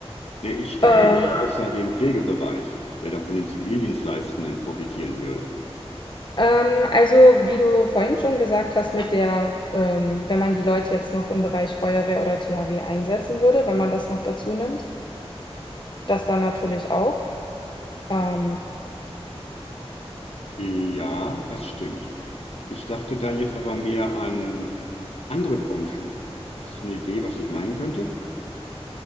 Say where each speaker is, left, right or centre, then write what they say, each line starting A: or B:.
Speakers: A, on the left; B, on the left.
A: Ne, ich dachte
B: Äh,
A: jetzt außer dem Pflegebereich, der dann von den Zivildienstleistenden profitieren würde.
B: ähm, also wie du vorhin schon gesagt hast, mit der, ähm, wenn man die Leute jetzt noch im Bereich Feuerwehr oder THW einsetzen würde, wenn man das noch dazu nimmt, das dann natürlich auch. Ähm,
A: Ja, das stimmt. Ich dachte da jetzt aber mehr an andere Branchen. Hättest du eine Idee, was ich meinen könnte?